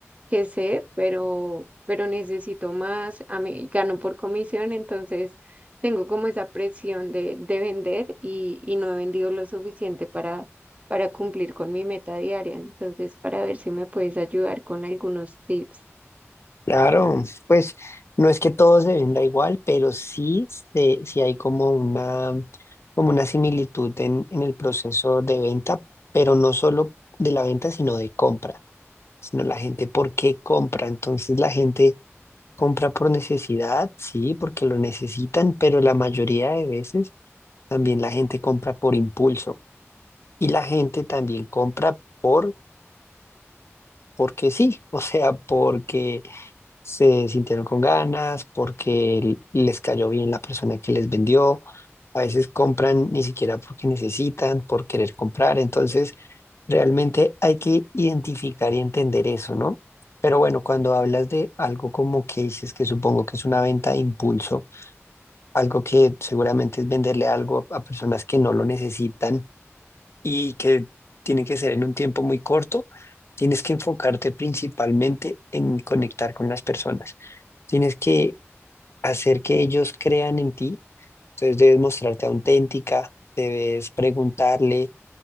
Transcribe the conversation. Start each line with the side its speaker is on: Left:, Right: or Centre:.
Right: que sé, pero, pero necesito más. A mí gano por comisión, entonces tengo como esa presión de, de vender y, y no he vendido lo suficiente para para cumplir con mi meta diaria. Entonces, para ver si me puedes ayudar con algunos tips.
Left: Claro, pues no es que todo se venda igual, pero sí, se- sí hay como una, como una similitud en, en el proceso de venta, pero no solo de la venta, sino de compra, sino la gente por qué compra. Entonces la gente compra por necesidad, sí, porque lo necesitan, pero la mayoría de veces también la gente compra por impulso y la gente también compra por, porque sí, o sea, porque se sintieron con ganas, porque les cayó bien la persona que les vendió. A veces compran ni siquiera porque necesitan, por querer comprar. Entonces, realmente hay que identificar y entender eso, ¿no? Pero bueno, cuando hablas de algo como que dices que supongo que es una venta de impulso, algo que seguramente es venderle algo a a personas que no lo necesitan y que tiene que ser en un tiempo muy corto, tienes que enfocarte principalmente en conectar con las personas. Tienes que hacer que ellos crean en ti, entonces debes mostrarte auténtica, debes preguntarle